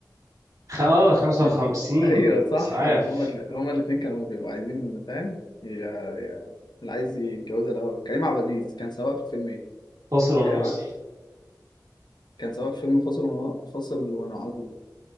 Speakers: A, on the right; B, on the left.
A: خ- اه
B: خمسة
A: خمسة
B: وخمسين
A: وخمسين
B: أيوة صح
A: إسعاف
B: هما ال... هما الاتنين كانوا بيبقوا عايزين فاهم يا... يا... اللي عايز يتجوزها الأول كريم عبد العزيز كان سواق في فيلم إيه؟
A: فاصل ونواصل
B: كريم ع... كان سواق في فيلم فاصل ون... فاصل ونعود